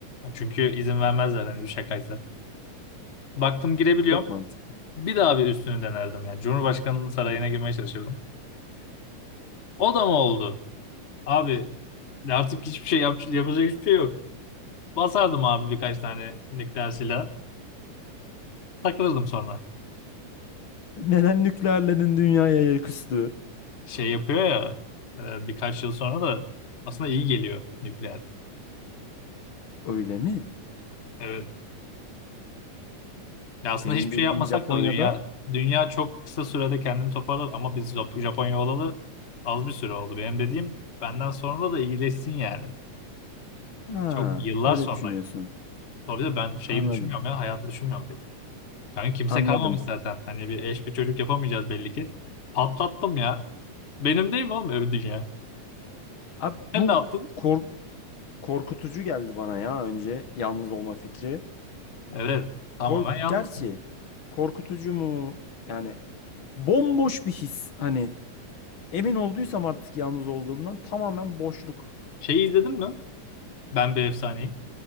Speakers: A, on the left; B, on the left.
A: Çünkü izin vermezler hani bir şakaysa. Baktım girebiliyorum.
B: çok mantıklı.
A: Bir daha bir üstünü denerdim yani. Cumhurbaşkanının sarayına girmeye çalışırdım. O da mı oldu? Abi artık hiçbir şey yap yapacak hiçbir şey yok. Basardım abi birkaç tane nükleer silah. Takılırdım sonra.
B: Neden nükleerlerin dünyaya ayak üstü?
A: Şey yapıyor ya e, birkaç yıl sonra da aslında iyi geliyor nükleer.
B: Öyle mi?
A: Evet. Ya aslında
B: Benim
A: hiçbir
B: bildiğim
A: şey yapmasak
B: Japonya'da.
A: da dünya dünya çok kısa sürede kendini toparlar ama biz Jap- Japonya olalı az bir süre oldu. Benim dediğim benden sonra da iyileşsin yani.
B: Ha,
A: Çok yıllar
B: öyle
A: sonra
B: düşünüyorsun.
A: yani. Tabii de ben şeyim
B: Anladım.
A: düşünmüyorum ya hayatı düşünmüyorum diyor. Kanka kimse
B: Anladım.
A: kalmamış zaten. Hani bir eş bir çocuk yapamayacağız belli ki. Patlattım ya. Benim değil mi oğlum öyle dünya?
B: Abi
A: Sen
B: bu
A: ne yaptın?
B: kork- korkutucu geldi bana ya önce yalnız olma fikri.
A: Evet. Tamamen
B: Kork
A: yalnızsın.
B: gerçi korkutucu mu? Yani bomboş bir his. Hani emin olduysam artık yalnız olduğumdan tamamen boşluk.
A: Şeyi izledin mi? Ben bir efsaneyim.